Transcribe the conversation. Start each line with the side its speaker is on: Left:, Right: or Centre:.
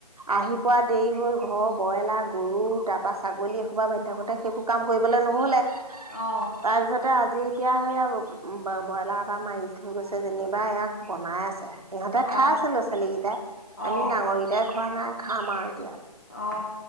Right: আহি পোৱা দেৰি হ'ল ঘৰৰ ব্ৰইলাৰ গৰু তাপা ছাগলী এসোপা বান্ধি থাকোঁতে সেইবোৰ কাম কৰিবলৈ নহ'লে
Left: অ
Right: তাৰপিছতে আজি এতিয়া সেইয়া ব্ৰইলাৰ এটা মাৰি থৈ গৈছে যেনিবা ইয়াক বনাই আছে ইহঁতে খাই
Left: অ
Right: আছে ল'ৰা ছোৱালীকেইটাই
Left: অ
Right: আমি
Left: অ
Right: ডাঙৰকেইটাই খোৱা নাই খাম আৰু এতিয়া
Left: অ